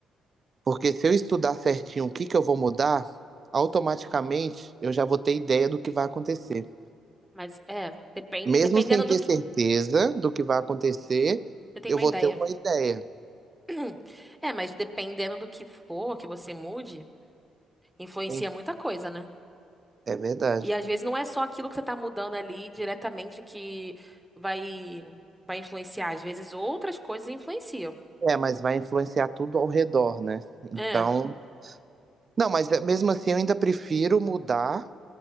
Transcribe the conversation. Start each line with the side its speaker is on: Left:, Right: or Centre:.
Right: Porque se eu estudar certinho o que que eu vou mudar, automaticamente eu já vou ter ideia do que vai acontecer.
Centre: Mas é, depen-
Right: Mesmo
Centre: dependendo
Right: sem
Centre: do
Right: ter
Centre: que.
Right: certeza do que vai acontecer,
Centre: Você tem
Right: eu
Centre: uma
Right: vou
Centre: ideia.
Right: ter uma ideia.
Centre: <clears throat> É, mas dependendo do que for que você mude, influencia
Right: Em-
Centre: muita coisa, né?
Right: É verdade.
Centre: E às vezes não é só aquilo que você tá mudando ali diretamente que vai, vai influenciar. Às vezes outras coisas influenciam.
Right: É, mas vai influenciar tudo ao redor, né? Então.
Centre: É,
Right: Não, mas é- mesmo assim eu ainda prefiro mudar